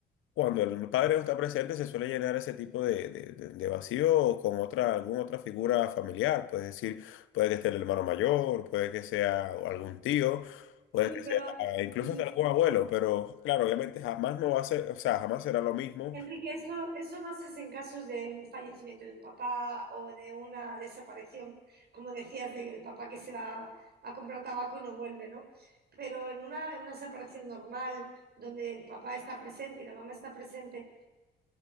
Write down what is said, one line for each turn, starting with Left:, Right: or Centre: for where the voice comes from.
Left: Cuando el padre no está presente, se suele llenar ese tipo de, de- de- de vacío con otra, alguna otra figura familiar. Puedes decir, puede que esté el hermano mayor, puede que sea algún tío, puede
Right: sí,
Left: que
Right: pero
Left: sea eh, incluso
Right: sí,
Left: hasta algún abuelo, pero claro, obviamente jamás no va a ser, o sea, jamás será lo mismo
Right: Enrique, eso, eso más es en casos de un fallecimiento de un papá o de una desaparición, como decías, del papá que se va a comprar tabaco y no vuelve, ¿no? Pero en una, en una separación normal, donde el papá está presente y la mamá está presente,